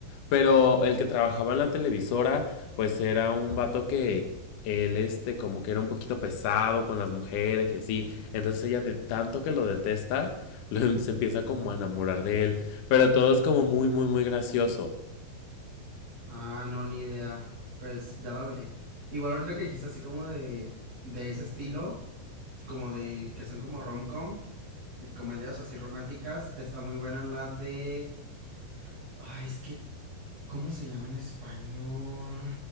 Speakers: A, on the left (about 65°); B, on the right (about 55°).
A: Pero el que trabajaba en la televisora, pues era un vato que él, este, como que era un poquito pesado con las mujeres y así. Entonces ella de tanto que lo detesta, lo- em, se empieza como a enamorar de él. Pero todo es como muy, muy, muy gracioso.
B: Ah, no, ni idea. Pues ya la veré. Igual ahorita que dijiste así como de, de ese estilo, como de que son como rom-com, comedias así románticas, está muy buena la de... Ay, es que, ¿cómo se llama en español?